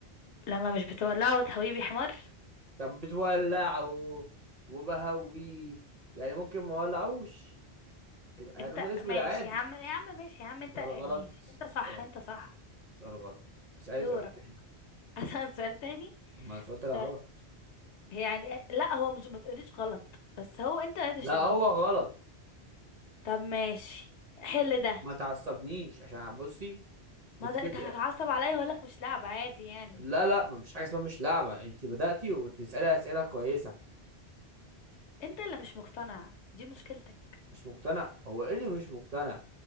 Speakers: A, on the left; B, on the right.
A: لما مش بتولعه وتهويه بيحمر
B: طب بتولعه وبهويه يعني ممكن ما اولعوش يبقى
A: انت
B: لونه اسود
A: ماشي
B: عادي
A: يا عم يا عم ماشي يا عم انت
B: سؤال
A: ماشي
B: غلط
A: انت
B: سؤال
A: صح انت صح
B: سؤال غلط اسالي
A: دورك
B: سؤال تاني
A: <laughs> اسأل سؤال تاني
B: اما السؤال طلع
A: طيب
B: غلط
A: يعني لا هو مش ما تقوليش غلط بس هو انت ما عرفتش
B: لا
A: تجاوبه
B: هو غلط
A: طب ماشي حل ده
B: ما تعصبنيش عشان بصي
A: ما
B: انت
A: ده
B: دلوقتي
A: انت هتتعصب عليا هقول لك مش لعبة عادي يعني
B: لا لا ما فيش حاجه اسمها مش لعبه انت بداتي وتسالي اسئله كويسه
A: انت اللي مش مقتنع دي مشكلتك
B: مش مقتنع هو ايه اللي مش مقتنع